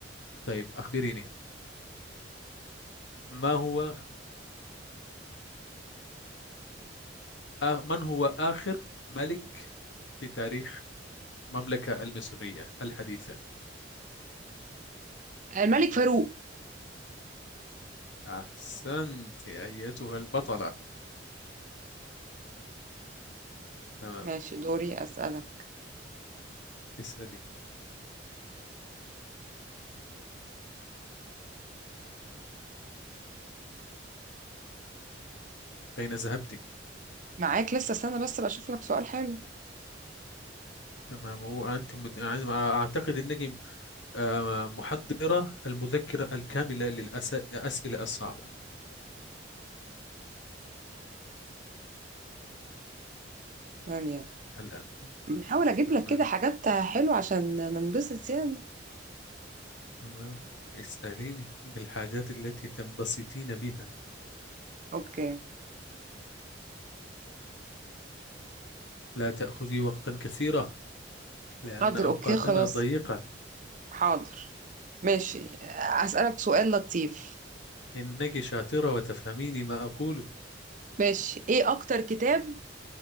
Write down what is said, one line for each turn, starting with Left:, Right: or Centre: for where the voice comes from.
Left: طيب اخبريني ما هو آ- من هو اخر ملك في تاريخ المملكة المصرية الحديثة
Right: الملك فاروق
Left: احسنت ايتها البطلة تمام
Right: ماشي دوري أسألك
Left: اسألي اين ذهبت
Right: معاك لسه استنى بس بشوف لك سؤال حلو
Left: تمام هو أنت مت... يعني أعتقد أنك آه، محضرة المذكرة الكاملة للأسئلة الصعبة
Right: ثانية
Left: الآن
Right: بحاول أجيب
Left: تمام
Right: لك كده حاجات حلوة عشان ننبسط يعني
Left: تمام اسأليني بالحاجات التي تنبسطين بها
Right: أوكي
Left: لا تأخذي وقتا كثيرا لأن
Right: حاضر
Left: أوقاتنا
Right: أوكي خلاص
Left: ضيقة
Right: حاضر ماشي أسألك سؤال لطيف
Left: إنك شاطرة وتفهميني ما أقوله
Right: ماشي إيه أكتر كتاب